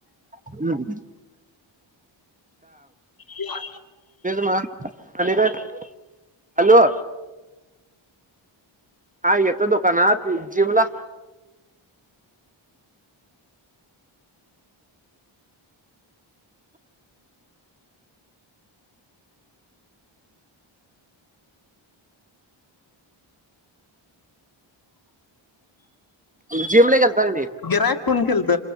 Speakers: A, on the right; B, on the left.
A: हम्म
B: ह
A: म आणि का हॅलो हा येतं दुकानात जिमला जिमला गेलता का नाही
B: गिराक कोण खेळत